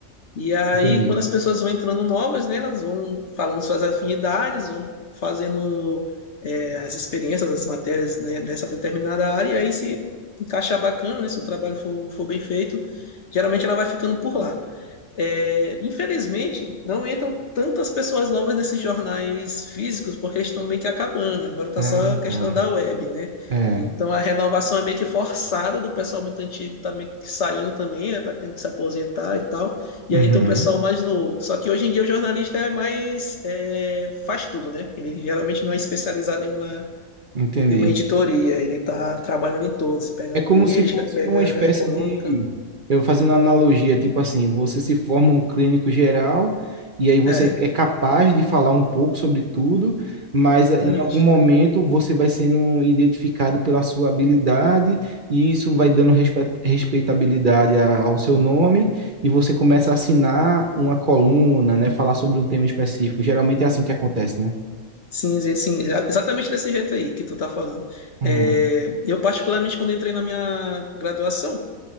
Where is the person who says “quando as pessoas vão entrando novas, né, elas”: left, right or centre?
Left